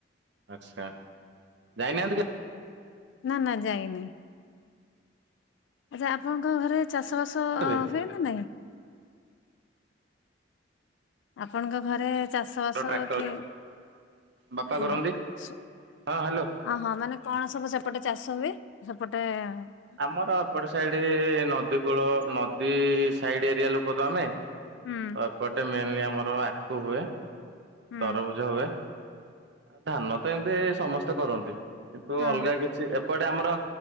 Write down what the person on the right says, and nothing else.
ଆଚ୍ଛା ଯାଇନାହାନ୍ତି କେ
କେବେ
ଟ୍ରାକ୍ଟର
ବାପା
କରନ୍ତି
ହଁ ହ୍ୟାଲୋ।
ଆମର ଏପଟ ସାଇଡ଼ି ଇ ଇ ଇ ନଦୀ କୂଳ ନଦୀ ଇ ଇ ସାଇଡ଼ି ଏରିଆ ଲୋକତ ଆମେ ତ
ଏପଟେ ମେନଲି ଆମର ଆଖୁ ହୁଏ
ତରଭୁଜ ହୁଏ ଆଉ ଧାନ ତ ଏମତି ସମସ୍ତେ କରନ୍ତି କିନ୍ତୁ
ଅଲଗା କିଛି ଏପଟେ ଆମର